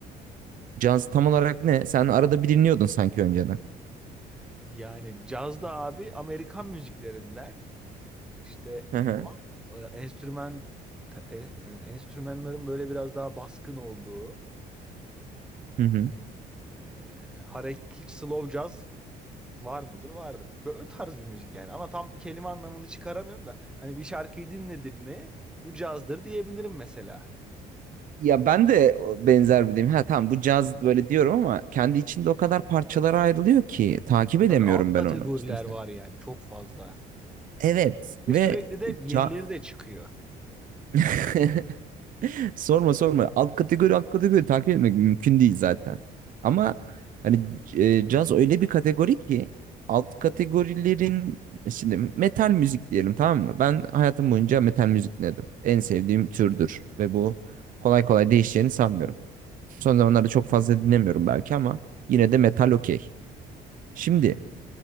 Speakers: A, on the right; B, in the centre.
A: Caz tam olarak ne? Sen arada bir dinliyordun sanki önceden.
B: Yani cazda abi Amerikan müziklerinden İşte
A: Hı hı.
B: e, enstrüman ta- e, e, enstrümanların böyle biraz daha baskın olduğu
A: Hı hı.
B: e, hareket hiç slow jazz var mıdır? Vardır. Böyle tarz bir müzik yani ama tam kelime anlamını çıkaramıyorum da hani bir şarkıyı dinledim mi bu cazdır diyebilirim mesela.
A: Ya ben de o benzer bir deyim. Ha tamam bu caz böyle diyorum ama kendi içinde o kadar parçalara ayrılıyor ki takip edemiyorum
B: Tabii alt kategoriler
A: ben onu. İşte mesela.
B: var yani çok fazla ve
A: Evet ve
B: sürekli de yenileri
A: ca
B: de çıkıyor.
A: <laughs> Sorma sorma. Alt kategori alt kategori takip etmek mümkün değil zaten. Ama hani e, caz öyle bir kategori ki alt kategorilerin şimdi metal müzik diyelim tamam mı? Ben hayatım boyunca metal müzik dinledim. En sevdiğim türdür ve bu kolay kolay değişeceğini sanmıyorum. Son zamanlarda çok fazla dinlemiyorum belki ama yine de metal okey. Şimdi